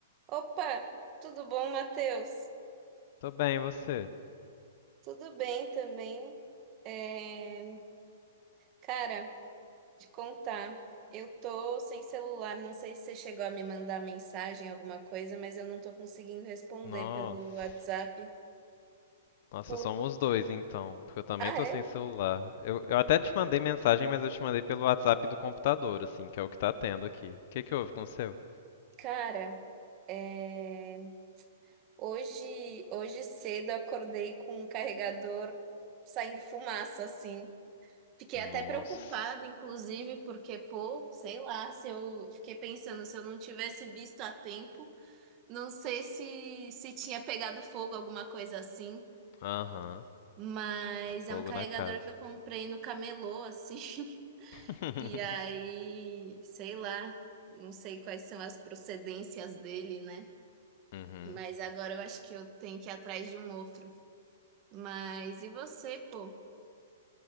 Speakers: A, on the right (about 25°); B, on the left (about 40°).
A: Opa, tudo bom, Matheus?
B: Tô bem, e você?
A: Tudo bem também. É, Cara, te contar, eu tô sem celular, não sei se você chegou a me mandar mensagem, alguma coisa, mas eu não tô conseguindo responder
B: Nossa.
A: pelo WhatsApp.
B: Nossa,
A: Por...
B: somos dois então, porque eu também
A: Ah,
B: tô
A: é?
B: sem celular. Eu, eu até te mandei mensagem, mas eu te mandei pelo WhatsApp do computador, assim, que é o que tá tendo aqui. O que que houve com o seu?
A: Cara, é, hoje, hoje cedo eu acordei com o carregador saindo fumaça, assim. Fiquei até
B: Nossa.
A: preocupada, inclusive, porque, pô, sei lá, se eu fiquei pensando, se eu não tivesse visto a tempo, não sei se se tinha pegado fogo, alguma coisa assim.
B: Aham.
A: Mas é
B: Fogo
A: um carregador
B: na casa.
A: que eu comprei no camelô, assim. <laughs>
B: <laughs>
A: E aí, sei lá, não sei quais são as procedências dele, né?
B: Uhum.
A: Mas agora eu acho que eu tenho que ir atrás de um outro. Mas e você, pô?